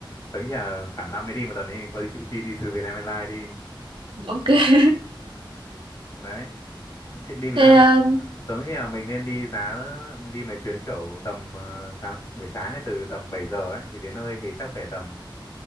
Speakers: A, on the left; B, on the right.
A: tớ nghĩ là cả năm mới đi một lần đi có gì chịu chi đi từ Vietnam Airlines đi
B: ok. <laughs>
A: đấy thì đi Việt
B: Thế,
A: Nam
B: um,
A: ờ, tớ nghĩ là mình nên đi giá đi mấy chuyến kiểu tầm ờ, sáng buổi sáng ấy từ tầm 7 giờ ấy thì đến nơi thì chắc phải tầm